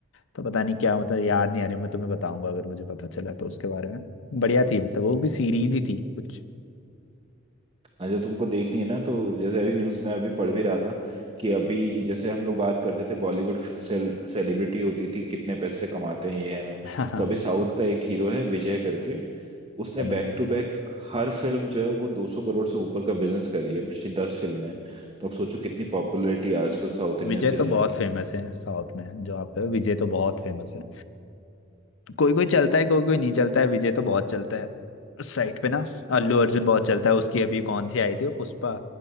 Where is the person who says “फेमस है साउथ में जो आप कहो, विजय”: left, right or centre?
Left